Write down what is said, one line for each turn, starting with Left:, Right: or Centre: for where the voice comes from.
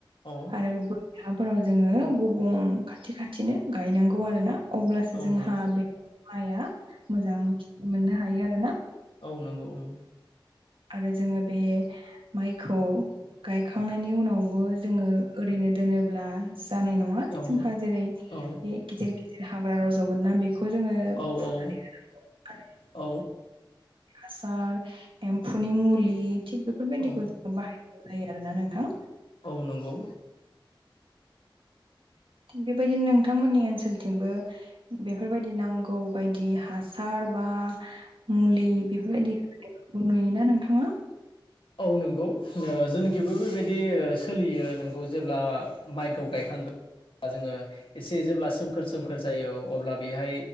Left: औ
Right: आरो बोरिफोराव जोङो गुबुं खाथि खाथिनो गायनांगौ आरोना अब्लासो
Left: औ
Right: जोंहा
Left: नंगौ
Right: बे माइआ मोजां मोननो हायो आरोना।
Left: औ नंगौ ओं
Right: आरो जोङो बे माइखौ गायखांनायनि उनावबो जोङो ओरैनो दोनोब्ला जानाय नङा
Left: औ
Right: जोंहा जेरै
Left: औ
Right: बे गेजिर गेजिर हाग्रा रावजगोनना बे बेखौ जोङो
Left: औ
Right: फुनानै होनांगौ आरो।
Left: औ
Right: हासार एम्फौनि मुलि थिग बेफोरबायदिखौ
Left: औ
Right: जों बाहाय जायो आरोना नोंथां।
Left: औ नंगौ
Right: थिग बेबायदिनो नोंथांमोननि ओनसोलथिंबो बेफोरबायदि नांगौ बायदि हासार बा मुलि बेफोरबायदिफोरखौ नुयोना नोंथाङा
Left: औ नंगौ जोंनिखिबो बेबायदि सोलियो नोंगौ जेब्ला माइखौ गायखांगोन। जोङो एसे जेब्ला सोमखोर सोमखोर जायो अब्ला बेहाय